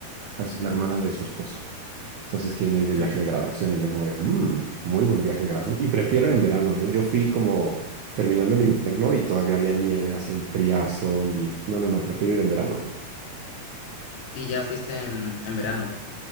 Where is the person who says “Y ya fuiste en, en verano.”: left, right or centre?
Left